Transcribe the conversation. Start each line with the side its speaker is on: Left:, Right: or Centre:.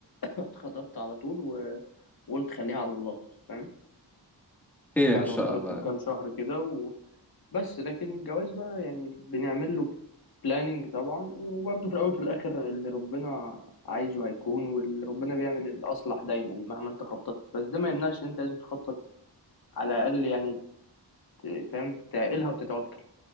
Left: اتخطبت على طول و- وقلت خليها على الله فاهم
Centre: خير
Left: بعد
Centre: ان شاء
Left: ما اتخرجت
Centre: الله
Left: بكام شهر كده وبس لكن الجواز بقى يعني بنعمل له بلاننج طبعا وبرضه في الاول وفي الاخر اللي ربنا عايزه هيكون واللي ربنا بيعمل الاصلح دايما مهما انت خططت بس ده ما يمنعش ان انت لازم تخطط على الاقل يعني ت- فاهم تعقلها وتتوكل